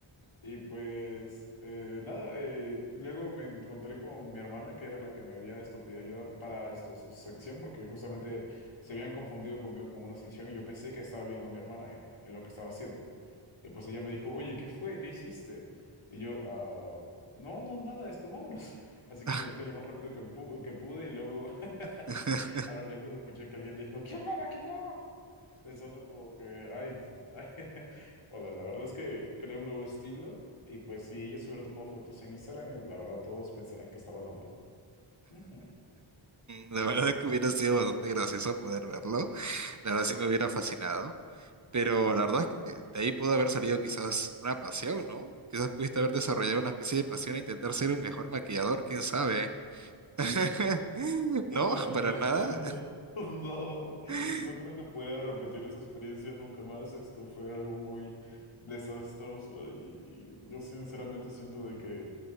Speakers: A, on the left; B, on the right.
A: Y pues eh, nada, eh, luego me encontré con mi hermana, que era la que me había esto, pedido ayuda para esto, su sección, porque justamente se habían confundido conmigo con una sección y yo pensé que estaba ayudando a mi hermana en en lo que estaba haciendo. Y pues ella me dijo, oye, ¿qué fue? ¿Qué hiciste? Y yo, ah, no, no, nada, esto, vámonos. <laughs> Así
B: ah.
A: que me alejé lo más rápido que, pu- que pude y luego <laughs>
B: <laughs>
A: a lo lejos escuché que alguien dijo, ¿quién me maquillaba? Pensando como que, ay, ay. <laughs> Bueno, la verdad es que creé un nuevo estilo y pues si ella se hubiera tomado fotos en Instagram, eh, la verdad todos pensarían que estaba en la moda. Ujú.
B: La verdad que hubiera sido bastante gracioso poder verlo. La verdad sí me hubiera fascinado. Pero la verdad es que eh, de ahí pudo haber salido quizás una pasión, ¿no? Quizás pudiste haber desarrollado una especie de pasión e intentar ser un mejor maquillador, quién sabe. <laughs> No,
A: No,
B: para
A: no,
B: nada.
A: no, no,
B: <laughs>
A: no creo que pudiera repetir esa experiencia nunca más. Esto fue algo muy desastroso y yo sinceramente siento de que